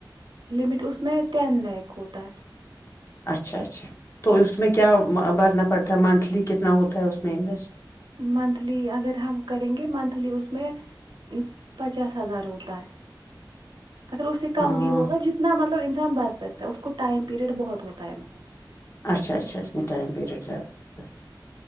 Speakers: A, on the right; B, on the left.
A: لمٹ اس میں ٹین لیک ہوتا ہے
B: اچھا اچھا تو اس میں کیا بھرنا پڑتا ہے منتھلی کتنا ہوتا ہے اس میں انویسٹ
A: منتھلی اگر ہم کریں گے منتھلی اس میں پچاس ہزار ہوتا ہے اگر اس سے کام
B: ہاں
A: بھی ہوگا جتنا مطلب بھر سکتا ہے اس کو ٹائم پیریڈ بہت ہوتا ہے مگر <unintelligible>
B: اچھا اچھا اس میں ٹائم پیریڈ زیادہ ہوتا ہے